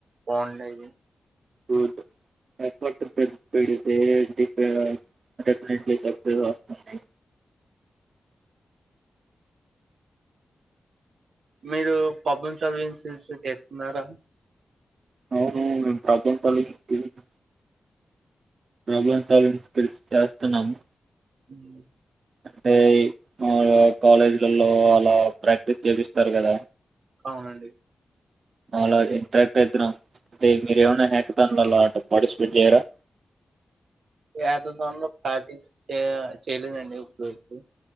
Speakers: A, on the right; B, on the right.
A: బాగుండేది
B: యూత్ ఎఫర్ట్ పె పెడితే డెఫినేట్లీ సక్సస్ వస్తుంది
A: మీరు పబ్ ఇన్సలీవెన్స్స్ చేత్తున్నారా
B: అవును problem solving skills problem solving skills చేస్తున్నాము
A: ఉమ్
B: అంటే ఈ మాములుగా కాలేజీల్లలో అలా ప్రాక్టీస్ చేపిస్తారు కదా
A: అవునండి
B: అలా ఇంట్రాక్ట్ అయితున్నాం అంటే మీరేమైన్నా హ్యాకతన్లో అట పార్టిసిపేట్ చేయరా
A: హ్యాకతన్లో పాటి చెయ్ చేయలేదండి ఇప్పుడి వరకు